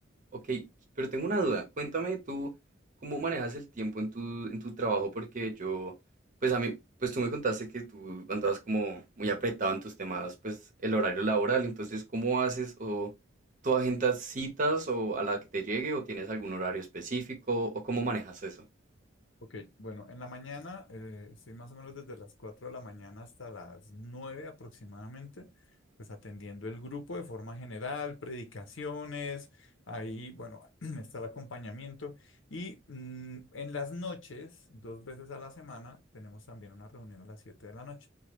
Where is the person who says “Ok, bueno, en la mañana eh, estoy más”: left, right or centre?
Left